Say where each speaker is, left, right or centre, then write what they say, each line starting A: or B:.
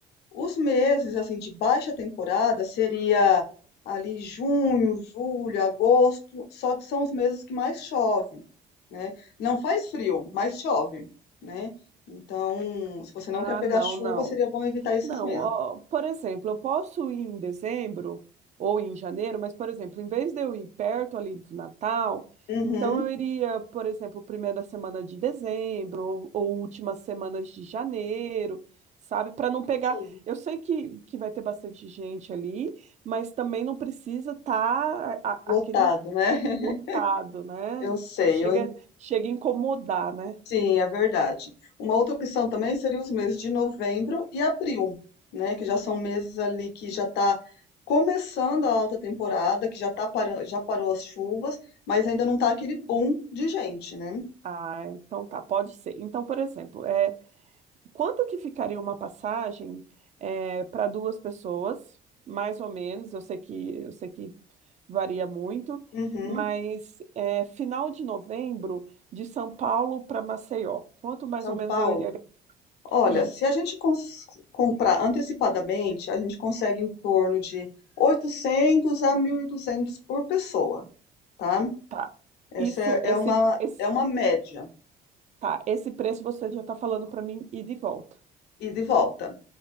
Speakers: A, on the left (about 75°); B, on the right (about 45°).
A: Os meses assim de baixa temporada seria ali junho, julho, agosto, só que são os meses que mais chove, né? Não faz frio, mas chove, né? Então, se você não
B: Ah,
A: quer pegar
B: não,
A: chuva,
B: não.
A: seria bom evitar esses
B: Não,
A: meses.
B: ó, por exemplo, eu posso ir em dezembro ou em janeiro, mas, por exemplo, em vez de eu ir perto ali do Natal,
A: Uhum,
B: então eu iria, por exemplo, primeira semana de dezembro ou, ou últimas semanas de janeiro, sabe? Para não pegar.
A: sim,
B: Eu sei que, que vai ter bastante gente ali, mas também não precisa estar
A: lotado,
B: aquele
A: né? <laughs>
B: lotado, né?
A: Eu sei,
B: Que chega,
A: eu
B: chega a incomodar, né?
A: Sim, é verdade. Uma outra opção também seria os meses de novembro e abril, né? Que já são meses ali que já está começando a alta temporada, que já tá parando, já parou as chuvas, mas ainda não está aquele boom de gente, né?
B: Ah, então tá, pode ser. Então, por exemplo, é. Quanto que ficaria uma passagem para duas pessoas, mais ou menos? Eu sei que eu sei que varia muito,
A: Uhum.
B: mas é, final de novembro de São Paulo para Maceió. Quanto mais
A: São
B: ou menos
A: Paulo.
B: eu iria?
A: Olha,
B: Isso,
A: se a gente cons- comprar antecipadamente, a gente consegue em torno de 800 a 1.200 por pessoa, tá?
B: tá.
A: Essa
B: Isso,
A: é
B: esse,
A: é uma,
B: esse,
A: é uma média,
B: tá. Esse preço você já está falando para mim ir de volta.
A: ida e volta.